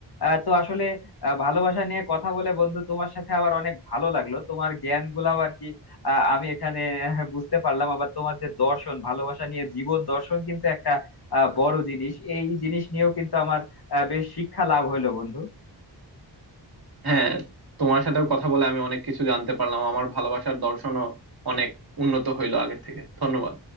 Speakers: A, on the left (about 55°); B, on the right (about 55°).
A: আহ, তো আসলে আহ, ভালোবাসা নিয়ে কথা বলে বন্ধু তোমার সাথে আবার অনেক ভালো লাগলো তোমার জ্ঞান গুলাও আর কি আহ, আমি এখানে আহ, বুঝতে পারলাম আবার তোমার যে দর্শন ভালোবাসা নিয়ে জীবন দর্শন কিন্তু একটা আহ, বড় জিনিস এই জিনিস নিয়েও কিন্তু আমার আহ, বেশ শিক্ষা লাভ হইলো বন্ধু
B: হ্যাঁ তোমার সাথেও কথা বলে আমি অনেক কিছু জানতে পারলাম আমার ভালোবাসার দর্শনও অনেক উন্নত হইলো আগের থেকে ধন্যবাদ